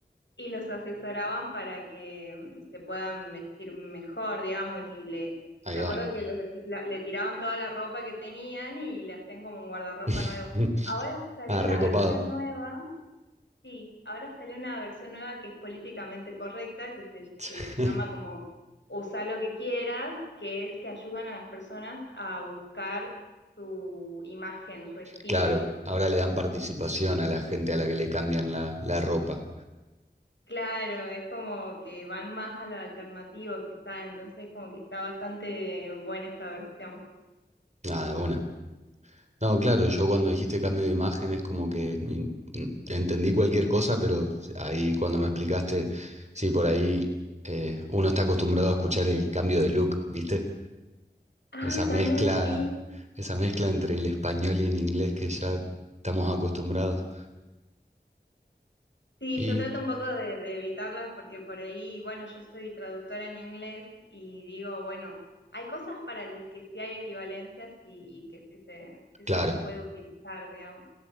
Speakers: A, on the left (about 85°); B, on the right (about 40°).
A: y los asesoraban para que mm, se puedan vestir mejor, digamos, y le,
B: Ahí
A: me
B: va.
A: acuerdo que le, recicla- le tiraban toda la ropa que tenían y le hacían como un guardarropa
B: <laughs>
A: nuevo. Ahora salió
B: Ah,
A: una
B: recopado.
A: versión nueva, sí, ahora salió una versión nueva que es políticamente correcta, que se,
B: <laughs>
A: que se llama como Usa lo que quieras, que es que ayudan a las personas a buscar su imagen, su estilo.
B: Claro, ahora le dan participación a la gente a la que le cambian la, la ropa.
A: Claro, es como que van más a lo alternativo quizá, entonces como que está bastante buena esta versión.
B: Nada, una. No, claro, yo cuando dijiste cambio de imagen es como que mm, mm, entendí cualquier cosa, pero ahí cuando me explicaste, sí, por ahí eh, uno está acostumbrado a escuchar el cambio de look, ¿viste?
A: Ah,
B: Esa mezcla,
A: también sí.
B: esa mezcla entre el español y el inglés que ya estamos acostumbrados.
A: Sí,
B: Y
A: yo trato un poco de, de evitarlas porque por ahí, bueno, yo soy traductora en inglés y digo, bueno, hay cosas para las que sí hay equivalencias y, y que sí se, sí
B: claro,
A: se las puede utilizar, digamos.